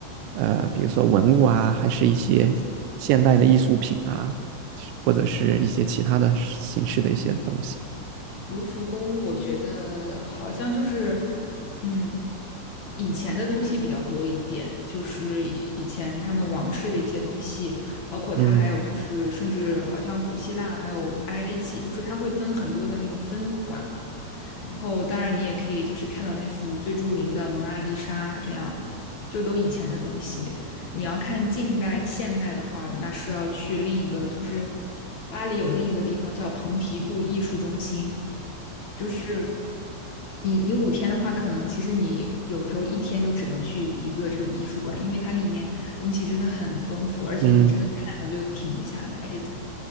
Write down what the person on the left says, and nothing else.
卢浮宫，我觉得好像就是，嗯，以前的东西比较多一点，就是以以前他们王室的一些东西，包括它还有就是，
甚至好像古希腊还有埃及，就是它会分很多的那种分馆嘛。然后当然你也可以就是看到那幅最著名的《蒙娜丽莎》，这样就都以前的东西。你要看近代、现代的话，那是要去另一个，就是巴黎有另一个地方叫蓬皮杜艺术中心，就是你你五天的话，可能其实你有时候一天就只能去一个这种艺术馆，因为它里面东西真的很丰富，而且你真的看了就停不下来这种。